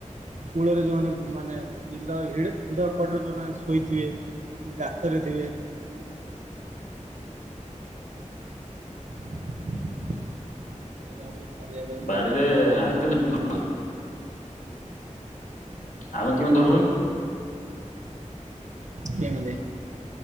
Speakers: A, on the right; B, on the left.
A: କୂଳରେ ଯୋଉମାନେ ମାନେ ବିଲ ହି ହିଡ କଡ଼ରେ ଯୋଉରା ଶୋଇଥିବେ ଗାତରେ ଥିବେ। <unintelligible> ଭଲ
B: ବାଡ଼ିରେ
A: ଲାଗେ।
B: <unintelligible> ଆମେ କେମିତି ଧରୁ କହନି।
A: କେମିତି?